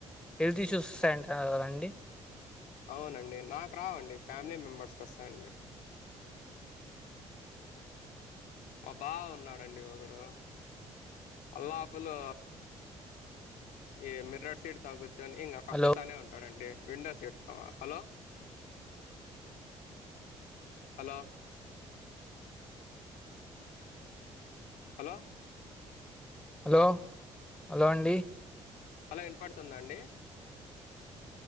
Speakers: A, in the centre; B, on the left.
A: హెల్త్ ఇష్యూస్ ఏం కదండి
B: అవునండి నాకు రావండి ఫ్యామిలీ మెంబర్స్క్ వస్తాయండి మా బావ ఉన్నాడండి ఒకడు మల్లాపులు ఈ మిర్రర్ సైడ్ కూర్చొని ఇంక కక్కుతానే
A: హలో!
B: ఉంటాడండి windows seat hello hello hello
A: hello hello అండి
B: హలో ఇనపడుతుందాండి